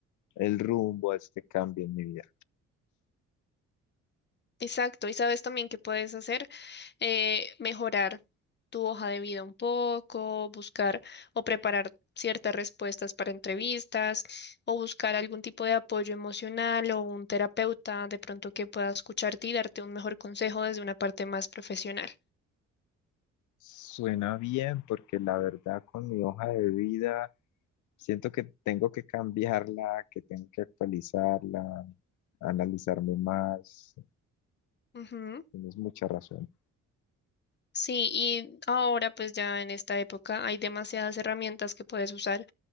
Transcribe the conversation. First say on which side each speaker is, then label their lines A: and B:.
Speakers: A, on the left; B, on the left.
A: el rumbo a este cambio en mi vida.
B: Exacto, y sabes también que puedes hacer, eh, mejorar tu hoja de vida un poco, buscar o preparar ciertas respuestas para entrevistas o buscar algún tipo de apoyo emocional o un terapeuta de pronto que pueda escucharte y darte un mejor consejo desde una parte más profesional.
A: Suena bien porque la verdad con mi hoja de vida siento que tengo que cambiarla, que tengo que actualizarla, analizarme más.
B: Ujú.
A: Tienes mucha razón.
B: Sí, y ahora pues ya en esta época hay demasiadas herramientas que puedes usar